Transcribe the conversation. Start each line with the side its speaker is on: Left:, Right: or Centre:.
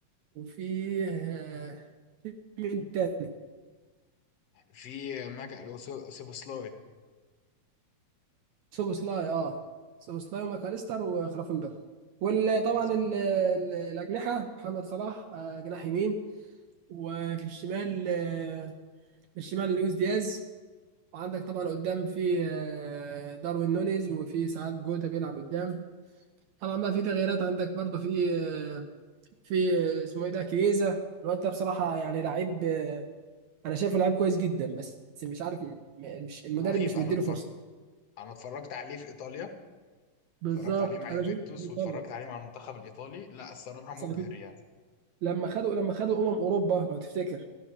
Right: وفيه آه، في مين تاني
Left: في ماك سوبوسلاي
Right: سوبوسلاي اه سوبوسلاي وماكاليستر وخرافنبرغ وطبعا
Left: مظبوط
Right: ال- ال- الأجنحة محمد صلاح آه، جناح يمين وفي الشمال آه، في الشمال لويس دياز وعندك طبعا قدام في آه، داروين نونيز وفي ساعات جوتا بيلعب قدام طبعا بقى في تغييرات عندك برضه في آه، في آه، اسمه ايه ده كيزا الواد ده بصراحة يعني لعيب آه، انا شايفه لعيب كويس جدا بس مش عارف م- مش المدرب
Left: رهيب
Right: مش
Left: انا
Right: مديله
Left: اتفرج
Right: فرصة
Left: انا اتفرجت عليه في ايطاليا
Right: بالظبط
Left: اتفرجت عليه مع يوفنتوس
Right: انا شفت في ايطاليا
Left: واتفرجت عليه مع المنتخب الايطالي لا الصراحه مبهر
Right: ساعة-
Left: يعني
Right: لما خدوا لما خدوا امم اوروبا لو تفتكر